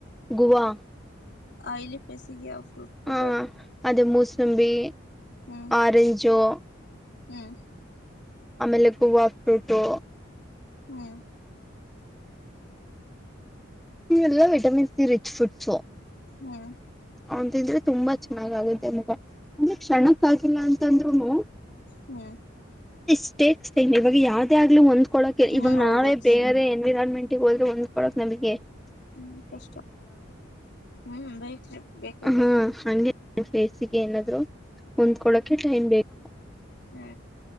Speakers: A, in the centre; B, on the left.
A: ಗುವಾ.
B: ಆಯಿಲಿ ಫೇಸಿಗೆ ಆ ಫ್ರೂಟ್ ಬೆಟರ್.
A: ಹ ಅದೇ ಮೂಸಂಬಿ.
B: ಹ್ಮ್
A: ಆರೆಂಜು.
B: ಹ್ಮ್
A: ಆಮೇಲೆ ಗೂವಾ ಫ್ರೂಟು.
B: ಹ್ಮ್
A: ಇವೆಲ್ಲ ವಿಟಮಿನ್ ಸಿ ರಿಚ್ ಫುಡ್ಸು.
B: ಹ್ಮ್
A: ಅವುನ್ ತಿಂದ್ರೆ ತುಂಬಾ ಚೆನ್ನಾಗ್ ಆಗುತ್ತೆ ಮುಖ ಅಂದ್ರೆ ಕ್ಷಣಕ್ ಆಗಿಲ್ಲ ಅಂದ್ರುನು.
B: ಹ್ಮ್
A: ಇ ಸ್ಟೇಕ್ಸ್ ಇವಾಗ ಯಾವ್ದೆ ಆಗ್ಲಿ ಒಂದು ಕೊಳಕೆ
B: ಹ್ಮ್
A: ಇವಾಗ್
B: ಹೌದೌದು
A: ನಾವೇ ಬೇರೆ
B: ಸರ್
A: ಎನ್ವಿರೊನ್ಮೆಂಟ್ ಇಗ್ ವಲ್ದ ಹೊಂದ್ಕೊಳೋಕ್ ನಮ್ಗೆ.
B: ಹ್ಮ್ ಕಷ್ಟ ಹ್ಮ್ ಬೇಕೇ ಬೇಕೇ
A: ಹ್ಮ್
B: ಬೇಕು
A: ಹಂಗ್ ಹಂಗೆ ಫೇಸಿಗೆ ಏನಾದ್ರು. ಹೊಂದ್ಕೊಳೊಕೆ ಟೈಮ್ ಬೇಕು
B: ಹ್ಮ